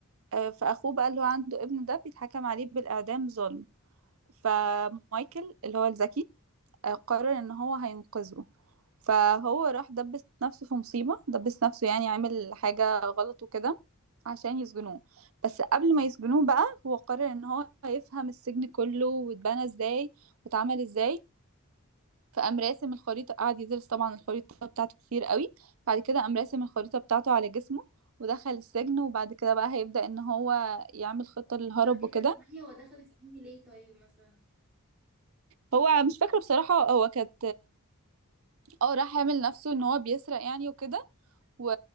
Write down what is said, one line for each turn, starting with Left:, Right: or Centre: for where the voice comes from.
Right: آه، فاخوه بقى اللي هو عنده ابن ده بيتحكم عليه بالاعدام ظلم فمايكل اللي هو الذكي آه، قرر ان هو هينقذه فهو راح دبس نفسه في مصيبة دبس نفسه يعني عامل حاجة غلط وكده عشان يسجنوه بس قبل ما يسجنوه بقى هو قرر ان هو هيفهم السجن كله واتبنى ازاي واتعمل ازاي فقام راسم الخريطة قعد يدرس طبعا الخريطة بتاعته كتير قوي بعد كده قام راسم الخريطة بتاعته على جسمه ودخل السجن وبعد كده بقى هيبدأ ان هو يعمل خطة للهرب
Centre: طب ايه
Right: وكده
Centre: ده ثمانية هو دخل السن ليه طيب مثلا
Right: وهو مش فاكرة بصراحة هو كانت اه راح يعمل نفسه ان هو بيسرق يعني وكده و...